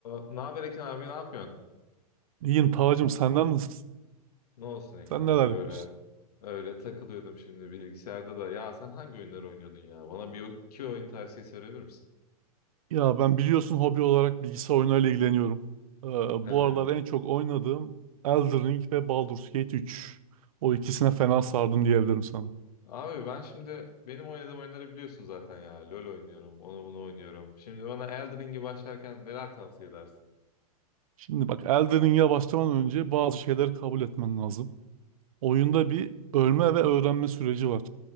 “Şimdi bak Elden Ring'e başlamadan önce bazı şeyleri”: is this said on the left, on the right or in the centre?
Right